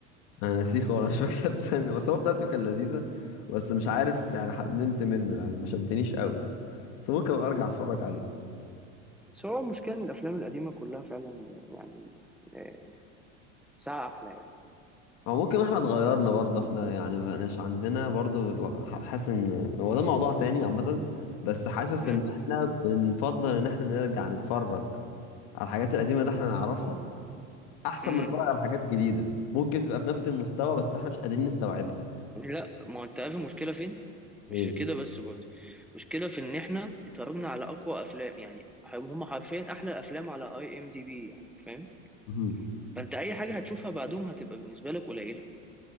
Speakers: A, on the left; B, in the centre.
A: انا ناسيه خالص مش فاكر <laughs> السنة بس هو بتاعته كان لذيذة بس مش عارف يعني ح- نمت منه يعني ما شدنيش قوي بس ممكن ابقى ارجع اتفرج عليه
B: بس هو المشكلة إن الأفلام القديمة كلها فعلا يعني آه، ساعة أحلى يعني
A: او ممكن احنا اتغيرنا برضه احنا يعني ما بقناش عندنا برضه ل- ح- حاسس ان هو ده موضوع تاني عامة بس حاسس
B: امم
A: ان احنا بنفضل ان احنا نرجع نتفرج على الحاجات القديمة اللي احنا نعرفها احسن
B: امم
A: من نتفرج على حاجات جديدة ممكن تبقى في نفس المستوى بس احنا مش قادرين نستوعبها
B: لا ما هو انت عارف المشكله فين مش
A: ايه
B: كده بس برضه المشكله في ان احنا اتفرجنا على اقوى افلام يعني هم حرفيا احلى افلام على اي ام دي بي يعني فاهم
A: مهم.
B: فانت اي حاجه هتشوفها بعدهم هتبقى بالنسبه لك قليله